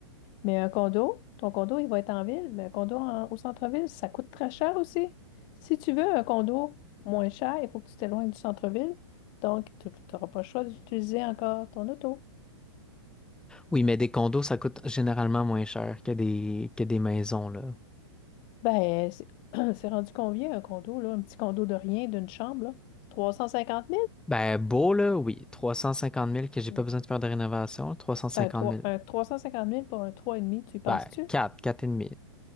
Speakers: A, on the left; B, in the centre.
A: Mais un condo, ton condo, il va être en ville, mais un condo en- au centre-ville, ça coûte très cher aussi. Si tu veux un condo moins cher, il faut que tu t'éloignes du centre-ville. Donc, tu n'auras pas le choix d'utiliser encore ton auto.
B: Oui, mais des condos, ça coûte généralement moins cher que des, que des maisons, là.
A: Ben, c'est <clears throat> c'est rendu combien un condo, là? Un petit condo de rien, d'une chambre, là? trois cent cinquante
B: Ben, beau, là, oui. trois cent cinquante mille que j'ai
A: mille.
B: pas besoin de faire de rénovation. trois
A: C'est
B: cent cinquante
A: un, trois-
B: mille
A: un trois cent cinquante mille pour un trois et demi, tu y penses-tu?
B: Ben, 4 4 et demi.